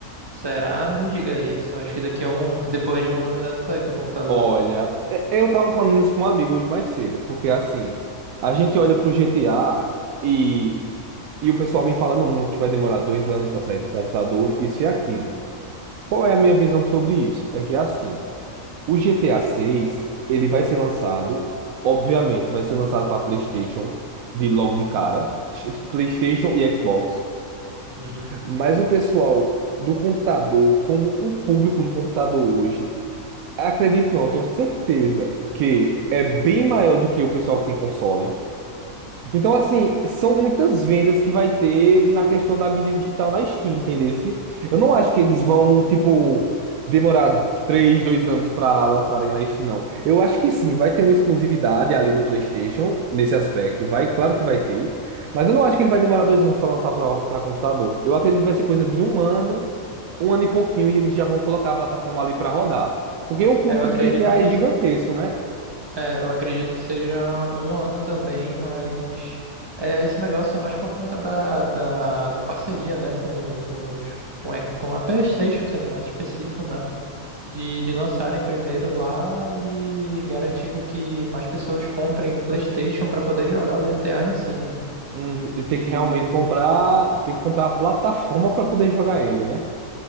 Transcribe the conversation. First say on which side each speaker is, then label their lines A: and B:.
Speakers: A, on the right; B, on the right.
A: Será? Não diga isso. Acho que daqui a um, <laughs> depois de um ano deve sair para computador.
B: Olha, é- é, eu tava falando isso com um amigo hoje mais cedo, porque assim, a gente olha pro GTA e, e o pessoal vem falando muito que vai demorar dois anos para sair pro computador, isso e aquilo. Qual é a minha visão sobre isso? É que assim, o GTA 6, ele vai ser lançado, obviamente, vai ser lançado para PlayStation de logo de cara, PlayStation e Xbox.
A: Uhum.
B: Mas o pessoal do computador, como o público do computador hoje Acredito não, eu tenho certeza que é bem maior do que o pessoal que tem console. Então, assim, são muitas vendas que vai ter na questão da mídia digital na Steam, entendesse? Eu não acho que eles vão, tipo, demorar três, dois anos para lançarem na Steam, não. Eu acho que sim, vai ter uma exclusividade ali do PlayStation nesse aspecto. Vai, claro que vai ter. Mas eu não acho que ele vai demorar dois anos para lançar para computador. Eu acredito que vai ser coisa de um ano um ano e pouquinho e eles já vão colocar a plataforma ali para rodar. Porque o público
A: É, Eu acredito
B: do GTA
A: que,
B: é gigantesco, né?
A: é, eu acredito que seja um ano também, mas é, esse negócio é mais por conta da, da, da parceria, né, com, com, os- com a com a PlayStation, sendo mais específico, né? de, de lançarem primeiro lá e garantir com que mais pessoas comprem o PlayStation para poder jogar o GTA em si, né?
B: Hum, e tem
A: E
B: que realmente comprar, tem que comprar a plataforma para poder jogar ele, né?